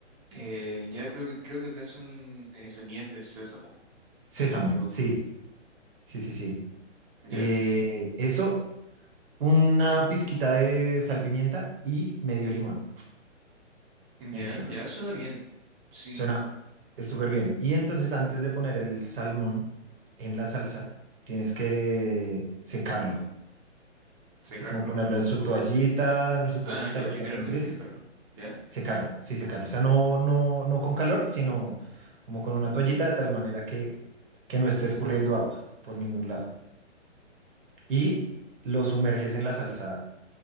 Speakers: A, on the right; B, on the right.
A: Eh, ya creo que creo que acá son eh, semillas de sésamo,
B: Sésamo,
A: si no me equivoco.
B: sí, sí, sí, sí.
A: ¿Ya?
B: Eh, eso, una pizquita de sal pimienta y medio limón
A: Ya,
B: encima.
A: ya suena bien. Sí,
B: Suena es súper bien. Y entonces antes de poner el salmón en la salsa, tienes que secarlo.
A: secarlo
B: Sí, como ponerlo
A: lo...
B: en su toallita, en su
A: Ah,
B: toallita,
A: ya,
B: apretarlo
A: literalmente
B: un tris,
A: secarlo. ¿Ya?
B: secarlo, sí, secarlo. O sea, no, no, no con calor, sino como con una toallita de tal manera que, que no esté escurriendo agua por ningún lado. Y lo sumerges en la salsa